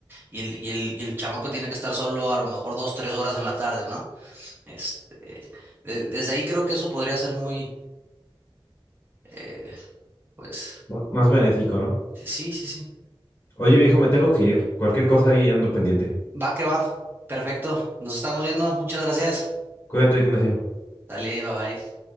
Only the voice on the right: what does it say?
y el, y el, y el chamaco tiene que estar solo a lo mejor dos, tres horas en la tarde, ¿no? Este, de- desde ahí creo que eso podría ser muy, eh, pues,
sí, sí, sí.
Va que va. Perfecto. Nos estamos viendo. Muchas gracias.
Dale, bye bye.